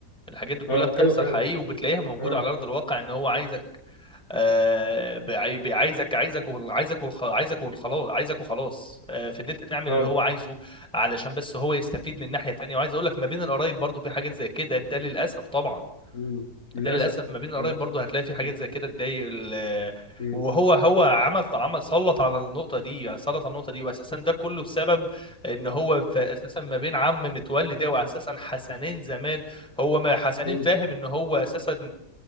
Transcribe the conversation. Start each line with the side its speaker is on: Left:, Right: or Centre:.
Centre: الحاجات دي كلها
Left: اه
Centre: بتحصل
Left: ايوه فعلا
Centre: حقيقي وبتلاقيها موجودة
Left: اه
Centre: على أرض الواقع إن هو عايزك آه، بعي- بي- عايزك عايزك وخ- عايزك وخ- عايزك وخلاص عايزك وخلاص آه، في ان انت تعمل
Left: اه
Centre: اللي هو عايزه علشان بس هو يستفيد من ناحية تانية وعايز اقول لك ما بين القرايب برضو في حاجات زي كده ده للاسف طبعا
Left: مم. للأسف
Centre: ده للاسف ما بين القرايب
Left: للأسف
Centre: برضو هتلاقي في حاجات
Left: مم.
Centre: زي كده تضايق ال- آه،
Left: مم.
Centre: وهو هو عمل عمل سلط على النقطة دي سلط على النقطة دي واساسا ده كله بسبب ان هو ف- اساسا ما بين عم متولي ده واساسا حسنين زمان هو ما حسنين
Left: مم.
Centre: فاهم ان هو اساسا